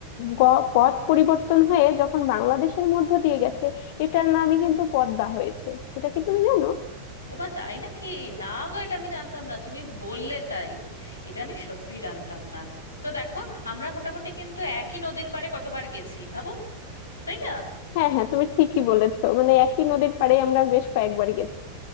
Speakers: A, on the left; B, on the left.
A: গ- পথ পরিবর্তন হয়ে যখন বাংলাদেশের মধ্য দিয়ে গেছে এটার নামই কিন্তু পদ্মা হয়েছে এটা কি তুমি জানো
B: ওমা তাই নাকি না গো এটা আমি জানতাম না তুমি বললে তাই এটা আমি সত্যি জানতাম না তো দেখো আমরা মোটামুটি কিন্তু একই নদীর পাড়ে কতবার গেছি ভাবো তাই না
A: হ্যাঁ হ্যাঁ তুমি ঠিকই বলেছো মানে একই নদীর পাড়ে আমরা বেশ কয়েকবার গেছি